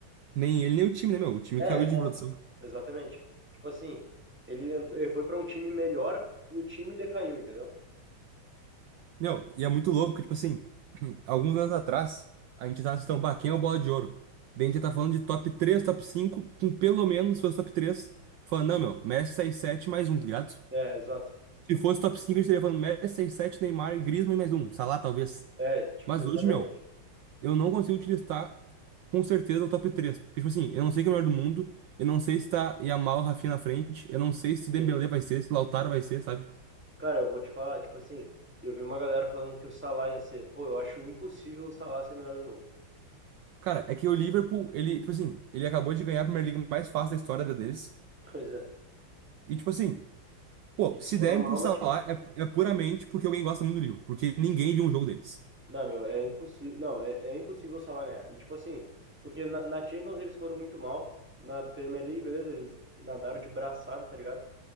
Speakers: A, on the right; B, in the centre.
A: Nem ele, nem o time, né, meu? O time
B: É,
A: caiu
B: exato.
A: de produção.
B: Exatamente. Tipo assim, ele, ele foi pra um time melhor e o time decaiu, entendeu?
A: Meu, e é muito louco, tipo assim. alguns anos atrás, a gente tava assistindo, bah, quem é o Bola de Ouro? Daí a gente tá falando de top três top cinco com pelo menos se fosse top três falando, não, meu, Messi seis sete mais um, tá ligado?
B: É, exato.
A: Se fosse top cinco a gente estaria falando Messi seis sete Neymar, e Griezmann e mais um, Salah talvez.
B: É, tipo,
A: Mas
B: exatamente.
A: hoje, meu, eu não consigo te listar com certeza o top três Porque, tipo assim, eu não sei quem é o melhor do mundo, eu não sei se tá Yamal, Rafinha na frente, eu não sei se Dembélé
B: Sim.
A: vai ser, se Lautaro vai ser, sabe?
B: Cara, eu vou te falar, tipo assim, eu vi uma galera falando que o Salah ia ser, pô, eu acho impossível o Salah ser melhor do mundo.
A: Cara, é que
B: <laughs>
A: o Liverpool, ele, tipo assim, ele acabou de ganhar a Premier League mais fácil da história da vida deles.
B: Pois é.
A: E, tipo assim, Pô,
B: E eles
A: se
B: foram
A: derem
B: mal
A: por Salah
B: na Champions.
A: é, é puramente porque alguém gosta muito do livro, porque ninguém viu um jogo deles.
B: Não, meu, é impossível. Não, é, é impossível o Salah ganhar. E tipo assim, porque na, na Champions eles foram muito mal. Na Premier League, beleza, eles nadaram de braçada, tá ligado?